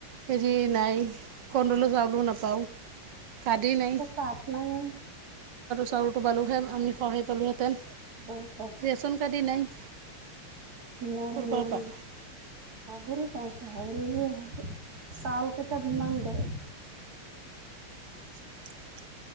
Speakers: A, on the right; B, on the right.
A: হেৰি নাই কনটল চাউলও নাপাওঁ কাৰ্ডেই নাই
B: টো কাট নাইয়ে
A: চৰুটো পালোঁহে আমি সহায় পালোঁহেঁতেন
B: বহুত
A: ৰেচন কাৰ্ডি নাই
B: মৰ
A: ক'ৰ
B: নাই
A: পৰা পাম
B: <unintelligible> চাউল কেইটাপ মান দে
A: <inaudible>